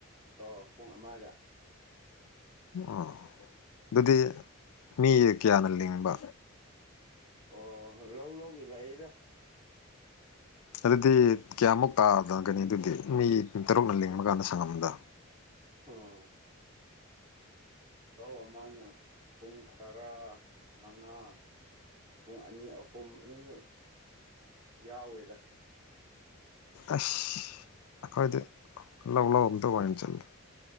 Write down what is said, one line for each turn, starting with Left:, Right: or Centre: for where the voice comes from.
Right: ꯑꯣ ꯄꯨꯡ ꯑꯃꯗ
Left: ꯑꯣ ꯑꯗꯨꯗꯤ ꯃꯤ ꯀꯌꯥꯅ ꯂꯤꯡꯕ
Right: ꯑꯣ ꯂꯧ ꯂꯧꯒꯤ ꯂꯥꯛꯌꯦꯗ
Left: ꯑꯗꯨꯗꯤ ꯀꯌꯥꯃꯨꯛ ꯇꯥꯗꯒꯅꯤ ꯑꯗꯨꯗꯤ ꯃꯤꯨꯡ ꯇꯔꯨꯛꯅ ꯂꯤꯡꯃꯀꯥꯟꯗ ꯁꯪꯉꯝꯗ
Right: ꯑꯣ ꯂꯧ ꯑꯃꯅ ꯄꯨꯡ ꯇꯔꯥ ꯃꯉꯥ ꯄꯨꯡ ꯑꯅꯤ ꯑꯍꯨꯝ ꯑꯗꯨꯝꯁꯨ ꯌꯥꯎꯋꯦꯗ
Left: ꯑꯁ ꯑꯩꯈꯣꯏꯗꯤ ꯂꯧ ꯂꯧ ꯑꯝꯇ ꯋꯥꯅ ꯆꯜꯂ